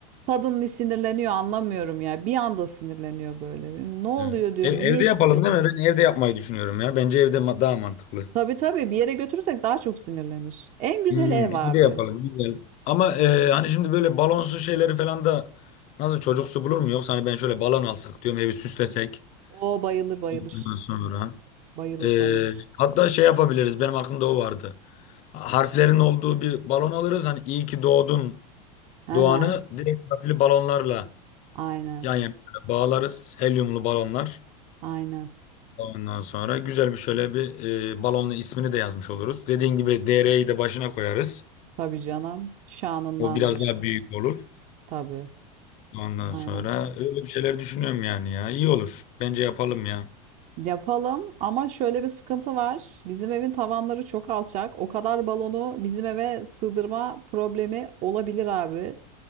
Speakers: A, on the right (about 35°); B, on the left (about 40°).
A: suddenly sinirleniyor anlamıyorum ya. Bir anda sinirleniyor böyle. Ne oluyor
B: Evet.
A: diyorum.
B: Ev- evde
A: Niye sinir?
B: yapalım değil mi? Ben evde yapmayı düşünüyorum ya. Bence evde ma- daha mantıklı.
A: Tabii tabii bir yere götürürsek daha çok sinirlenir. En güzeli
B: Hmm,
A: ev abi.
B: evde yapalım güzel. Ama e, hani şimdi böyle balonsuz şeyleri falan da nasıl çocuksu bulur mu? Yoksa hani ben şöyle balon alsak diyorum evi süslesek.
A: O bayılır bayılır.
B: Ondan sonra.
A: Bayılır
B: E,
A: bayılır.
B: hatta şey yapabiliriz benim aklımda o vardı. harflerin olduğu bir balon alırız. Hani iyi ki doğdun
A: Aha.
B: doğanı direkt harfli balonlarla
A: Aynen.
B: yan yana böyle bağlarız. Helyumlu balonlar.
A: Aynen.
B: Ondan sonra güzel bir şöyle bir e, balonla ismini de yazmış oluruz. Dediğin gibi DR'yi de başına koyarız.
A: Tabii canım. Şanındandır.
B: O biraz daha büyük olur.
A: Tabii.
B: Ondan
A: Aynen.
B: sonra öyle bir şeyler düşünüyorum yani ya. İyi olur. Bence yapalım ya.
A: Yapalım ama şöyle bir sıkıntı var. Bizim evin tavanları çok alçak. O kadar balonu bizim eve sığdırma problemi olabilir abi.